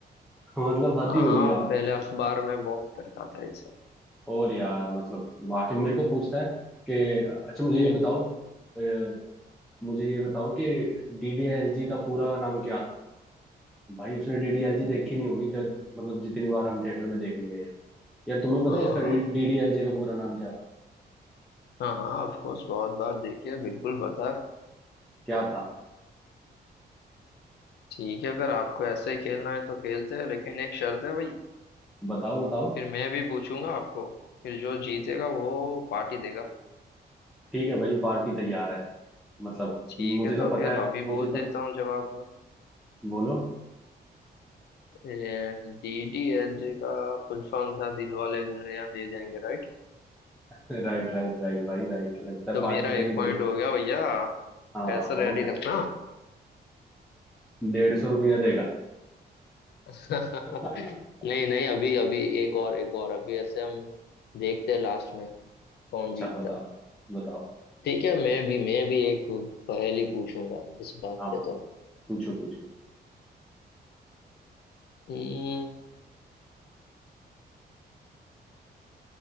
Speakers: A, in the centre; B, on the left.
A: <laughs> मतलब हद
B: हाँ
A: ही होगी
B: हाँ
A: यार
B: पहले अखबार में बहुत करता था ये सब
A: और यार मतलब आके मेरे को पूछता है कि अच्छा मुझे ये
B: हम्म
A: बताओ अ, मुझे ये बताओ कि डीडीएलजी का पूरा नाम क्या था भाई उसने डीडीएलजी देखी नहीं होगी जब मतलब जितनी बार हम थिएटर में देखने गए हैं यार तुम्हें पता
B: हाँ
A: है इसका डीडीएलजे का पूरा नाम क्या था
B: हाँ हाँ ऑफ कोर्स बहुत बार देखिए बिल्कुल पता है
A: क्या था
B: ठीक है अगर आपको ऐसे ही खेलना है तो खेलते हैं लेकिन एक शर्त है भाई
A: बताओ बताओ
B: फिर मैं भी पूछूंगा आपको फिर जो जीतेगा वो पार्टी देगा
A: ठीक है भाई पार्टी तैयार है मतलब
B: ठीक
A: मुझे
B: है
A: तो
B: तो
A: पता
B: फिर
A: है
B: अभी
A: मुझे
B: बोल
A: तो
B: देता हूँ जवाब में
A: बोलो
B: डी डी एल जे का फुल फॉर्म था दिल वाले दुल्हनिया ले जाएंगे राइट
A: राइट राइट राइट भाई राइट लगता है
B: तो
A: पार्टी
B: मेरा
A: देनी
B: एक
A: पड़ेगी
B: पॉइंट हो गया भैया
A: हाँ
B: पैसा
A: हो
B: रेडी
A: गया
B: रखना
A: डेढ़ सौ रुपया देगा
B: <laughs> नहीं
A: <laughs>
B: नहीं अभी अभी एक और एक और अभी ऐसे हम देखते हैं लास्ट में कौन
A: अच्छा
B: जीतता
A: बताओ
B: है
A: बताओ
B: ठीक है मैं भी मैं भी एक पहेली पूछूंगा इस बात
A: हाँ
B: पे तो
A: पूछो पूछो
B: हम्म,